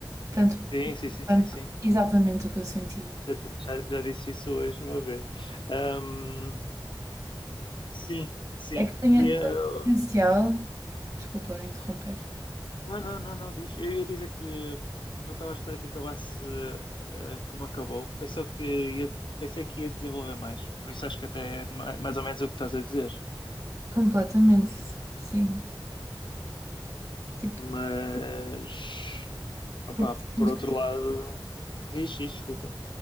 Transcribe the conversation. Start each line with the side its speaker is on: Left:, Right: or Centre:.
Right: Tanto
Left: Sim, sim, sim,
Right: pano,
Left: sim, sim.
Right: exatamente o que eu senti.
Left: Já, di- já, já disse isso hoje uma vez. Ahm, sim, sim.
Right: É que tinha
Left: E
Right: tanto
Left: ah,
Right: potencial. Desculpa interromper.
Left: Não, não, não, não, diz. Eu ia dizer que não estava à espera que acabasse eh, como acabou. Pensou que ia- pensei que ia desenvolver mais. Por isso acho que até é ma- mais ou menos o que estás a dizer.
Right: Completamente, sim. Tipo,
Left: Mas, opá,
Right: porque
Left: por
Right: sinto
Left: outro lado, diz, diz, desculpa.